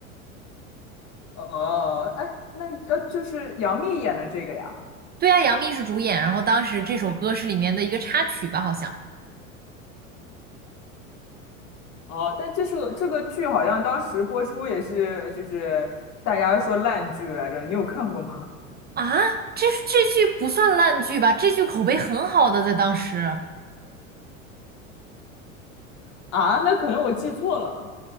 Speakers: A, on the left; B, on the right.
A: 哦，哎，那呃，就是杨幂演的这个呀。
B: 对啊，杨幂是主演，然后当时这首歌是里面的一个插曲吧，好像。
A: 哦，但这是这个剧好像当时播出也是，就是大家说烂剧来着，你有看过吗？
B: 啊，这这剧不算烂剧吧？这剧口碑很好的，在当时，
A: <laughs> 啊，那可能我记错了。